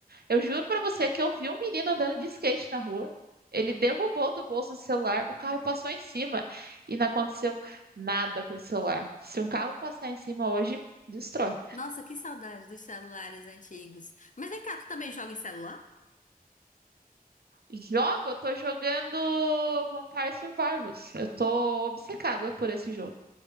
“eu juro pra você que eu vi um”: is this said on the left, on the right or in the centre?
Right